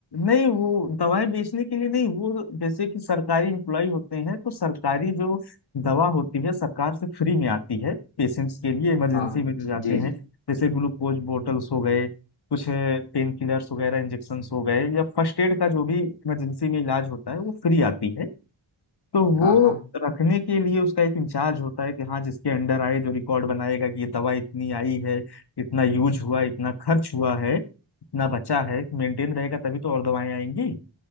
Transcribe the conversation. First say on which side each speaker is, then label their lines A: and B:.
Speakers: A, on the left; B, on the left.
A: नहीं वो दवाएं बेचने के लिए नहीं वो जैसे कि सरकारी एम्प्लॉय होते हैं तो सरकारी जो दवा होती है सरकार से फ्री में आती है पेशेंट्स के लिए इमरजेंसी
B: हाँ
A: में
B: ज-
A: जो जाते
B: जी जी
A: हैं जैसे ग्लूकोज बोटल्स हो गए कुछ पेन किलर्स वगैरह इंजेक्शन हो गए या फर्स्ट एड का जो भी इमरजेंसी में इलाज होता है वो फ्री आती है तो वो
B: हाँ हाँ
A: रखने के लिए उसका एक इंचार्ज होता है कि हाँ जिसके अंडर आए जो रिकॉर्ड बनाएगा कि ये दवा इतनी आई है इतना यूज हुआ इतना खर्च हुआ है इतना बचा है मेंटेन रहेगा तभी तो और दवाएं आएंगी